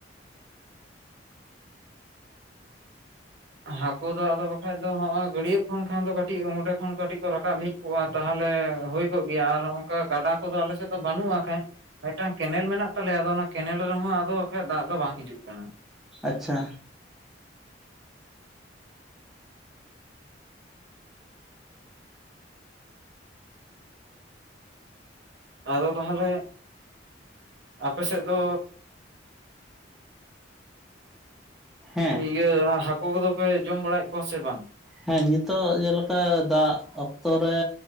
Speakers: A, on the right; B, in the centre.
A: ᱦᱟᱹᱠᱩ ᱫᱚ ᱟᱫᱚ ᱵᱟᱠᱷᱟᱡ ᱫᱚ ᱦᱚᱸᱜᱚᱭ ᱜᱟᱹᱰᱭᱟᱹᱜ ᱠᱷᱚᱱ ᱠᱷᱟᱱ ᱫᱚ ᱠᱟᱹᱴᱤᱡ ᱚᱸᱰᱮ ᱠᱷᱚᱱ ᱠᱟᱹᱴᱤᱡ ᱠᱚ ᱨᱟᱠᱟᱵ ᱦᱮᱡ ᱠᱚᱜᱼᱟ ᱛᱟᱦᱞᱮ ᱦᱩᱭ ᱠᱚᱜ ᱜᱮᱭᱟ ᱟᱨ ᱦᱚᱸᱝᱠᱟ ᱜᱟᱰᱟ ᱠᱚᱫᱚ ᱟᱞᱮᱥᱮᱫ ᱫᱚ ᱵᱟᱹᱱᱩᱜᱼᱟ ᱦᱟᱸᱜ ᱠᱷᱟᱡ ᱢᱤᱜᱴᱟᱝ ᱠᱮᱱᱮᱞ ᱢᱮᱱᱟᱜ ᱛᱟᱞᱮᱭᱟ ᱟᱫᱚ ᱚᱱᱟ ᱠᱮᱱᱮᱞ ᱨᱮᱦᱚᱸ ᱟᱫᱚ ᱟᱠᱷᱟᱡ ᱫᱟᱜ ᱫᱚ ᱵᱟᱝ ᱦᱤᱡᱩᱜ ᱠᱟᱱᱟ᱾
B: ᱟᱪᱪᱷᱟ
A: ᱟᱫᱚ ᱛᱟᱦᱞᱮ ᱟᱯᱮ ᱥᱮᱫ ᱫᱚ
B: ᱦᱮᱸ
A: ᱤᱭᱟᱹ ᱦᱟᱹᱠᱳ ᱠᱚᱫᱚ ᱯᱮ ᱡᱚᱢ ᱵᱟᱲᱟᱭᱮᱜ ᱠᱚᱣᱟ ᱥᱮ ᱵᱟᱝ?
B: ᱦᱮᱸ ᱧᱤᱛᱚᱜ ᱡᱮᱞᱮᱠᱟ ᱫᱟᱜ ᱚᱠᱛᱚᱨᱮ